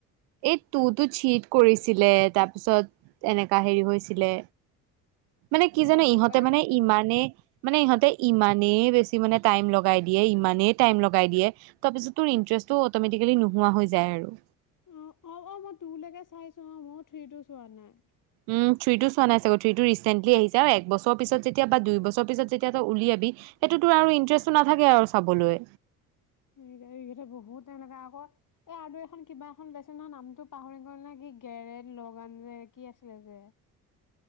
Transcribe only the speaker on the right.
এই তুটোত চিট কৰিছিলে, তাৰপিছত এনেকা হেৰি হৈছিলে। মানে কি
জানো, ইহঁতে
মানে
ইমানে,
মানে ইহঁতে ইমানেই বেছি মানে। টাইম লগাই দিয়ে, ইমানেই টাইম লগাই দিয়ে, তাৰপিছত তোৰ ইন্টাৰেষ্টটো অটমেটিকেলি নোহোৱা হৈ যায় আৰু
উম! থ্ৰীটো চোৱা নাই চাগ থ্ৰীটো ৰিচেন্টলি আহিছে আৰু একবছৰ পিছত যেতিয়া বা দুই বছৰ পিছত যেতিয়া, তই উলিয়াবি সেইটো তোৰ আৰু ইন্টাৰেষ্টটো নাথাকে আৰু চাবলৈ।